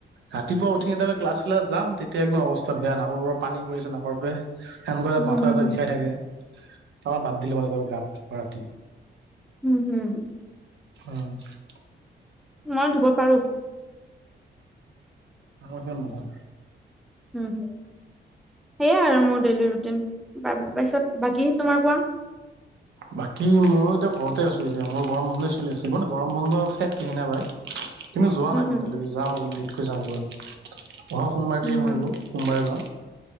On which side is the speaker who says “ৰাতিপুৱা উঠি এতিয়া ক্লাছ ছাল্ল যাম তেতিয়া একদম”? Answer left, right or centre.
Right